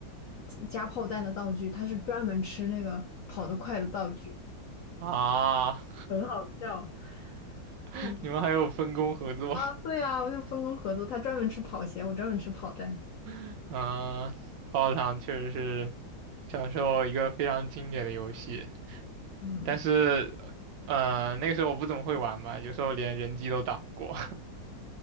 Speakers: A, on the left (about 70°); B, on the right (about 75°).
A: 加加炮弹的道具，他是专门吃那个跑得快的道具，
B: 啊！
A: 很好笑。
B: <laughs>
A: 嗯
B: 你们还有分工合作？
A: 啊，对啊，我就分工合作，他专门吃跑鞋，我专门吃炮弹。
B: 嗯，泡泡糖确实是小时候一个非常经典的游戏，
A: 嗯，
B: 但是，呃，那个时候我不怎么会玩嘛，有时候连人机都打不过。